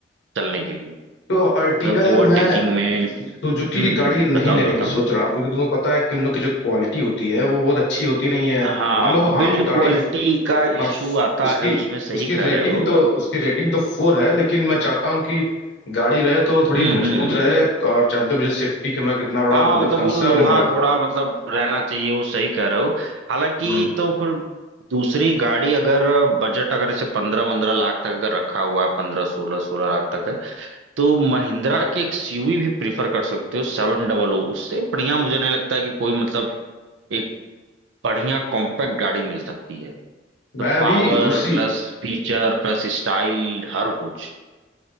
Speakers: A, on the right; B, on the left.
A: चलने के लिए
B: तो
A: मतलब
B: अर्टिगा यार
A: ओवरटेकिंग
B: मैं
A: में
B: सुजुकी
A: हम्म
B: की
A: हम्म
B: गाड़ी नहीं
A: बताओ
B: लेने
A: बताओ
B: की सोच रहा हूँ क्योंकि तुमको पता है कि उन लोग की जो क्वालिटी होती है वो बहुत अच्छी होती नहीं है
A: हाँ
B: मान लो हाँ
A: बिल्ड
B: वो गाड़ी
A: क्वालिटी का इशू
B: हाँ,
A: आता
B: उसकी
A: है उसमें सही
B: उसकी
A: कह
B: रेटिंग
A: रहे हो
B: तो उसकी रेटिंग तो फोर है लेकिन मैं चाहता हूँ कि गाड़ी रहे तो थोड़ी
A: हम्म
B: मजबूत
A: हम्म
B: रहे और जानते हो मुझे सेफ्टी का मैं कितना बड़ा
A: हाँ
B: मतलब
A: मतलब
B: कंसर्न
A: वो लोहा
B: है मेरा
A: थोड़ा मतलब रहना चाहिए वो सही कह रहे हो हालांकि
B: हम्म,
A: तो फिर दूसरी गाड़ी अगर बजट अगर इसे पंद्रह पंद्रह लाख तक अगर रखा हुआ है पंद्रह सोलह सोलह लाख तक है तो महिंद्रा की एक्सयूवी भी प्रीफर कर सकते हो सेवन डबल ओ उससे बढ़िया मुझे नहीं लगता है कि कोई मतलब एक बढ़िया कॉम्पैक्ट गाड़ी मिल सकती है तो
B: मैं
A: power
B: भी उसी
A: plus feature plus style हर कुछ